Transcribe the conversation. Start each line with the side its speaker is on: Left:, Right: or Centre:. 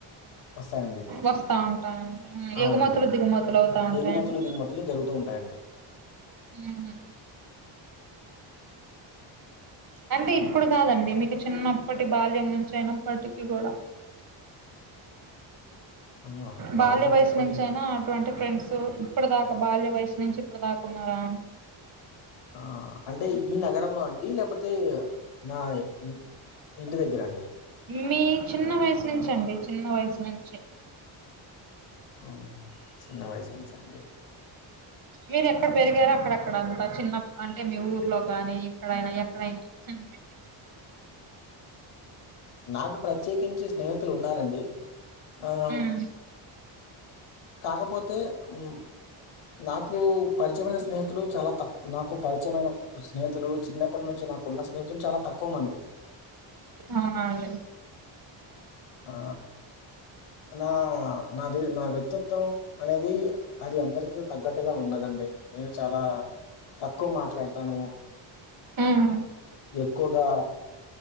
Left: వస్తాయండి
Right: వస్తా ఉంటాయండి
Left: అవునండి
Right: ఎగుమతులు దిగుమతులు అవుతా ఉంటాయండి
Left: ఎగుమతులు దిగుమతులు జరుగుతూ ఉంటాయండి
Right: మ్మ్ అంటే ఇప్పుడు కాదండి మీకు చిన్నప్పటి బాల్యం నుంచి అయినప్పటికీ కూడా
Left: ఆ
Right: బాల్య
Left: బాల్యం
Right: వయసు
Left: అప్పటి
Right: నుంచి అయినా అటువంటి ఫ్రెండ్సు ఇప్పటి దాకా బాల్య వయసు నుంచి ఇప్పుడు దాకా ఉన్నారా ఆని
Left: ఆ అంటే ఈ నగరంలో అండి లేపోతే నాయ్ ఇ ఇంటి దగ్గర అండి
Right: మీ చిన్న వయసు నుంచి అండి చిన్న వయసు నుంచి
Left: ఊహూ చిన్న వయసు నుంచా అండి
Right: మీరు ఎక్కడ పెరిగారో అక్కడక్కడంతా చిన్న అంటే మీ ఊర్లో గాని ఇక్కడైనా ఎక్కడైనా ఉహుహ్
Left: నాకు ప్రత్యేకించి స్నేహితులు ఉన్నారండి ఆవ్
Right: ఉమ్
Left: కాకపోతే ఉహ్మ్ నాకు పరిచయమైన స్నేహితులు చాలా తక్ నాకు పరిచయమైన స్నేహితులు చిన్నప్పటి నుంచి నాకు ఉన్న స్నేహితులు చాలా తక్కువ మంది.
Right: అవునా అండి.
Left: ఆ నా నాది నా వ్యక్తత్వం అనేది అది అందరికి తగ్గట్టుగా ఉండదండి నేను చాలా తక్కువ మాట్లాడతాను
Right: ఉమ్
Left: ఎక్కువగా